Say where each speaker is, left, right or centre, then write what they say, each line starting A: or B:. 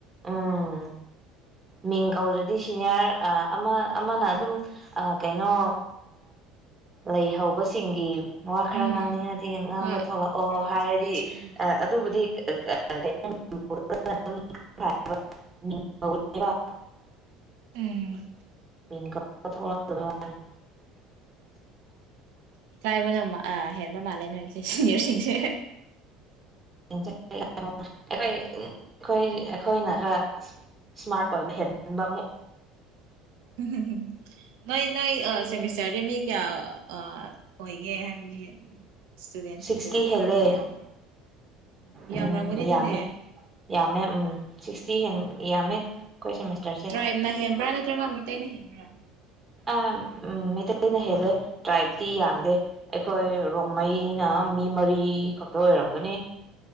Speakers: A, on the right; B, on the right.
A: ꯎꯝ ꯃꯤꯡ ꯀꯧꯔ꯭ꯗꯤ ꯁꯤꯅꯤꯌꯥꯔ ꯑꯃ ꯑꯃꯅ ꯑꯗꯨꯝ ꯀꯩꯅꯣ ꯂꯩ ꯍꯧꯕꯁꯤꯡꯒꯤ ꯋꯥ ꯈꯔ
B: ꯎꯝ
A: ꯉꯥꯡꯅꯤꯡꯉꯗꯤ ꯉꯥꯡꯕ
B: ꯍꯣꯏ
A: ꯊꯣꯛꯂꯛꯑꯣ
B: ꯐꯤꯌꯔꯋꯦꯜ
A: ꯍꯥꯏꯔꯗꯤ
B: ꯁ꯭ꯄꯤꯆ ꯎꯝ
A: ꯑꯗꯨꯕꯨꯗꯤ <unintelligible>
B: ꯎꯝ
A: <unintelligible> <unintelligible>
B: ꯏꯀꯥꯏꯕꯅ ꯑ ꯍꯦꯟꯕ ꯃꯥꯜꯂꯦ ꯅꯣꯏ ꯑꯩꯁꯦ ꯁꯤꯅꯤꯌꯔꯁꯤꯡꯁꯦ
A: ꯈꯣꯏ ꯑꯩꯈꯣꯏ ꯑꯩꯈꯣꯏꯅ ꯈꯔ ꯏꯁꯃꯥꯔꯠ ꯑꯣꯏꯕ ꯍꯦꯟꯃꯟꯕ ꯑꯃꯨꯛ
B: ꯎꯝ ꯍꯨꯝ ꯍꯨꯝ ꯅꯣꯏ ꯅꯣꯏ ꯑ
A: ꯎꯝ
B: ꯁꯦꯃꯤꯁꯇꯔꯗꯤ ꯃꯤ ꯀꯌꯥ ꯑ ꯑ ꯑꯣꯏꯒꯦ ꯍꯥꯏꯕ <unintelligible> ꯏꯁꯇꯨꯗꯦꯟꯁꯤꯡꯗꯣ
A: ꯁꯤꯛꯁꯇꯤ ꯍꯦꯜꯂꯦ
B: ꯌꯥꯝꯕ꯭ꯔꯥ ꯑꯣ
A: ꯎꯝ
B: ꯌꯥꯝꯔꯝꯒꯅꯤ ꯑꯗꯨꯗꯤ
A: ꯌꯥꯝꯃꯦ ꯌꯥꯝꯃꯦ ꯎꯝ ꯁꯤꯛꯁꯇꯤ ꯍꯦꯟ ꯌꯥꯝꯃꯦ ꯁꯦꯃꯤꯁꯇꯔꯁꯦ
B: ꯇ꯭ꯔꯥꯏꯞꯅ ꯍꯦꯟꯕ꯭ꯔꯥ ꯅꯠꯇ꯭ꯔꯒ ꯃꯤꯇꯩꯇꯩꯅ ꯍꯦꯟꯕ꯭ꯔꯥ
A: ꯑꯝ ꯃꯩꯇꯩꯅ ꯍꯦꯜꯂꯦ ꯇ꯭ꯔꯥꯏꯕꯇꯤ ꯌꯥꯝꯗꯦ ꯑꯩꯈꯣꯏ ꯔꯣꯡꯃꯩꯅ ꯃꯤ ꯃꯔꯤ ꯈꯛꯇ ꯑꯣꯏꯔꯝꯒꯅꯤ